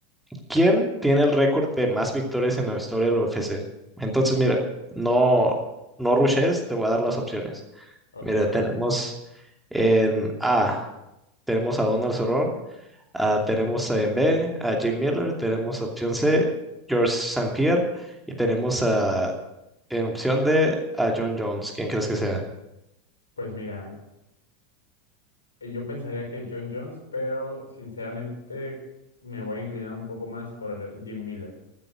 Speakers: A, in the centre; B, on the left (about 75°).
A: ¿quién tiene el récord de más victorias en la historia de la UFC? Entonces, mira, no, no rushes, te voy a dar las opciones.
B: Ok,
A: Mira,
B: a
A: tenemos
B: ver.
A: en A, tenemos a Donald Cerrón, ah,
B: Ajá.
A: tenemos en B a Jim Miller, tenemos opción C, George St. Pierre, y tenemos a, en opción D a John Jones. ¿Quién crees que sea?
B: Pues mira, eh, yo pensaría que John Jones, pero sinceramente me voy a inclinar un poco más por Jim Miller.